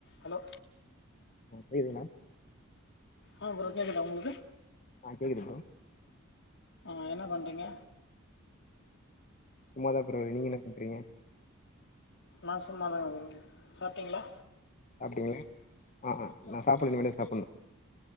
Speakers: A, on the left; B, on the left.
A: ஹலோ
B: ஒ பேரென்ன
A: ஆ ப்ரோ கேட்குதா உங்ளுக்கு
B: ஆ கேக்குது ப்ரோ
A: ஆ என்ன பண்றீங்க
B: சும்மாதா ப்ரோ நீங்க என்ன பண்றீங்க
A: நா சும்மாதாங்க ப்ரோ சாப்டிங்ளா
B: சாப்ட்டிங்கே ஆ ஆ நா சாப்புன்னு இனிமேதா சாப்புன்னு